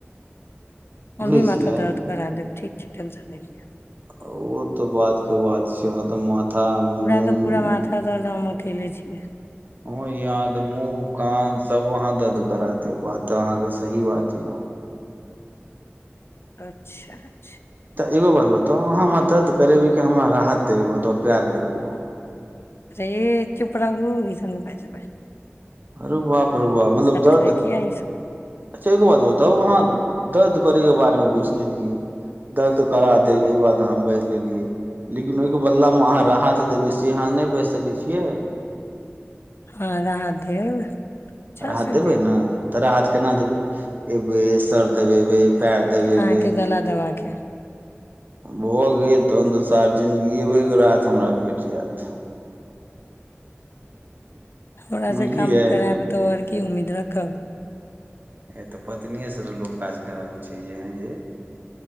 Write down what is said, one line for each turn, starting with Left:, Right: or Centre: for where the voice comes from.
Left: हमरो
Right: बुझै
Left: माथा
Right: छियै
Left: दर्द करा देब ठीक छै टेंशन नहि लिया
Right: ओ तो बात के बात छै यह तऽ माथा मुँह
Left: पूरा क पूरा माथा दर्द हमर खेले छियै
Right: ह यह तऽ मुँह कान सब वहाँ दर्द करा दे बात अहाँके सही बात य
Left: अच्छा अच्छा
Right: एगो बात बताउ अहाँ मदद करेबी कि हमरा राहत देबी बता प्यार करबी
Left: ए चुप रहु इ सभ नए बजबाय
Right: अरू बाप रो बाप मतलब दर्द
Left: करैके
Right: अच्छा
Left: यै ई सब
Right: एको बात बता वहाँ दर्द करै के बारे मे बुझ लेलियै दर्द करा देब ई बात हम बाजि लेलियै लेकिन ओहिके बदला मे अहाँ राहत देबै से अहाँ नहि बाजि सकै छियै
Left: हँ राहत देब अच्छा
Right: राहत
Left: से
Right: देबै
Left: देब
Right: ने तऽ राहत केना देबै ए सर्दी देबबे पैर
Left: अहाँके
Right: देबेब
Left: अहाँके गला दबा के
Right: भऽ गेल तखन तऽसार जिन्दगीएबेके राहत हमरा भेट जायत
Left: हमरा
Right: बुझलियै
Left: से काम करायब तऽ आओर की उम्मीद रखब
Right: ह तऽ पत्निएसँ ने लोक काज कराबै छै य